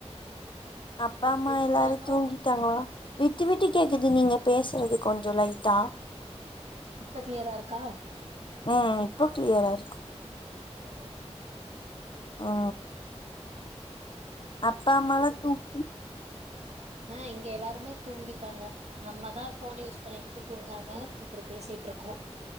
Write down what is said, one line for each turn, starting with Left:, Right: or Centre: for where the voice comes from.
Left: அப்பா அம்மா
Right: புரிஞ்சாலு
Left: எல்லாரு தூங்கிட்டாங்களா விட்டு விட்டு கேக்குது நீங்க பேசுறது கொஞ்சோ லைட்டா
Right: இப்ப க்ளியரா இருக்கா
Left: ஆ இப்போ க்ளியரா இருக்கு
Right: ஆ
Left: ஆ அப்பா அம்மாலா தூங்கி
Right: அ இங்க எல்லாருமே தூங்கிட்டாங்க நம்மதா ஃபோன் யூஸ் பண்ணிக்கிட்டு தூங்காம இப்டி பேசிட்டு இருக்கோ